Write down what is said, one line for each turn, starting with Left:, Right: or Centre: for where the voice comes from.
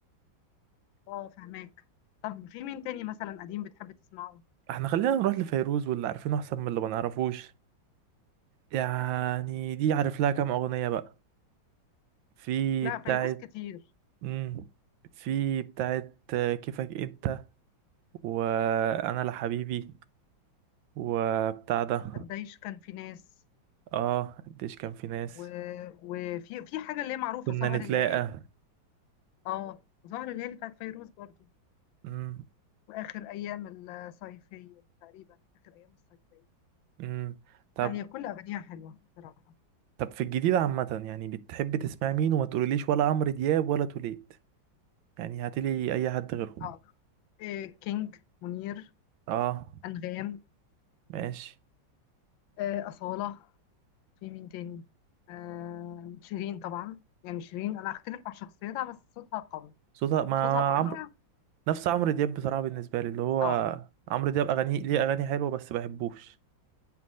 Left: اه فهماك طب في مين تاني مثلا قديم بتحب تسمعه
Right: احنا خلينا نروح لفيروز واللي عارفينه احسن من اللي ما نعرفوش يعني دي عارف لها كام اغنية بقى في
Left: لا
Right: بتاعت
Left: فيروز كتير
Right: امم في بتاعت كيفك انت وانا لحبيبي وبتاع ده
Left: قديش كان في ناس
Right: اه قديش كان في ناس
Left: و... وفي في حاجه اللي هي معروفه
Right: كنا
Left: سهر
Right: نتلاقى
Left: الليالي اه سهر الليالي بتاعت فيروز برضو
Right: امم
Left: واخر ايام الصيفيه تقريبا اخر ايام الصيفيه
Right: امم طب
Left: لا هي كل اغانيها حلوه بصراحه
Right: طب في الجديد عامة يعني بتحب تسمع مين وما تقوليليش ولا عمرو دياب ولا توليد يعني هاتلي اي حد غيره
Left: اه إيه كينج منير
Right: اه
Left: انغام
Right: ماشي
Left: آه، أصالة في مين تاني آه شيرين طبعا يعني شيرين انا هختلف مع شخصيتها بس صوتها قوي
Right: صوتها ما
Left: صوتها الاغنيه
Right: عمرو نفس عمرو دياب بصراحة بالنسبة لي اللي هو
Left: اه
Right: عمرو دياب اغاني ليه اغاني حلوة بس بحبوش